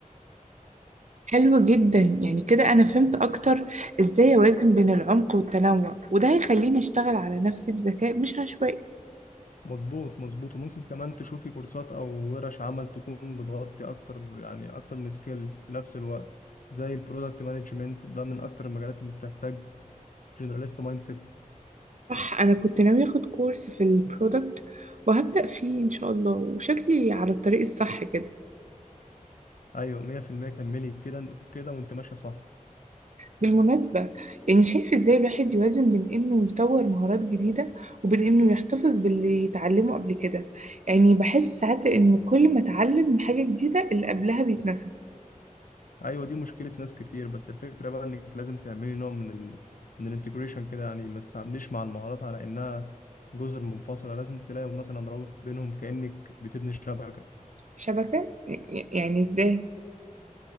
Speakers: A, on the right; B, on the left.
A: حلو جدا يعني كده أنا فهمت أكتر إزاي أوازن بين العمق والتنوع وده هيخليني أشتغل على نفسي بذكاء مش عشوائي
B: مظبوط مظبوط وممكن كمان تشوفي كورسات او ورش عمل تكون بتغطي اكتر يعني اكتر من سكيل في نفس الوقت زي البرودكت مانجمنت ده من اكتر المجالات اللي بتحتاج جنراليست مايند سيت
A: صح انا كنت ناوي اخد كورس في البرودكت وهبدأ فيه ان شاء الله وشكلي على الطريق الصح كده
B: ايوه 100% كملي كده كده وانت ماشيه صح
A: بالمناسبة يعني شايف ازاي الواحد يوازن بين انه يطور مهارات جديدة وبين انه يحتفظ باللي يتعلمه قبل كده يعني بحس ساعات ان كل ما اتعلم حاجة جديدة اللي قبلها بيتنسى
B: ايوه دي مشكله ناس كتير بس الفكره بقى انك لازم تعملي نوع من ال من الانتجريشن كده يعني ما تتعامليش مع المهارات على انها جزر منفصله لازم تلاقي مثلا رابط بينهم كانك بتبني شبكه
A: شبكة ي- يعني ازاي